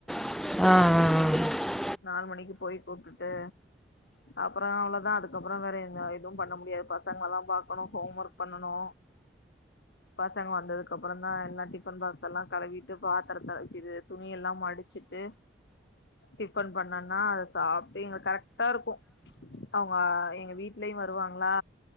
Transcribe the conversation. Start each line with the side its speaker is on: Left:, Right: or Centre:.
Centre: ஆ ஆ அ
Left: நாலு மணிக்கு போய் கூப்டுட்டு அப்ற அவ்ளவதா அதுக்கப்புற வேற எந்த எதுவு பண்ண முடியாது பசங்களதா பாக்கணு ஹோம் ஒர்க் பண்ணணு பசங்க வந்ததுக்கப்புறந்தா எல்லா டிஃபன் பாகஸ் எல்லா கழுவிட்டு பாத்தரத்த ச் இது துணி எல்லா ம டிச்சிட்டு டிஃபன் பண்ணனா அத சாப்ட்டு இங்க கரெக்டா இருக்கு அவுங்க எங்க வீட்லயு வருவாங்க ளா